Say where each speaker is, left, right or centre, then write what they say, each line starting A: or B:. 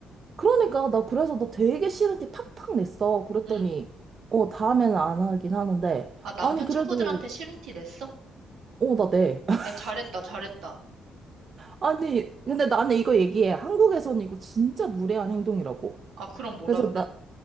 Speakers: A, on the right; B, on the right.
A: 그러니까 나 그래서 나 되게 싫은 티 팍팍 냈어. 그랬더니,
B: 응.
A: 어, 다음에는 안 하긴 하는데,
B: 아, 남편
A: 아니, 그래도,
B: 친구들한테 싫은 티 냈어?
A: 어, 나 내. <laughs>
B: 야, 잘했다, 잘했다.
A: 아니, 근데 나는 이거 얘기해. 한국에서는 이거 진짜 무례한 행동이라고.
B: 아, 그럼 뭐라
A: 그래서
B: 그래?
A: 나,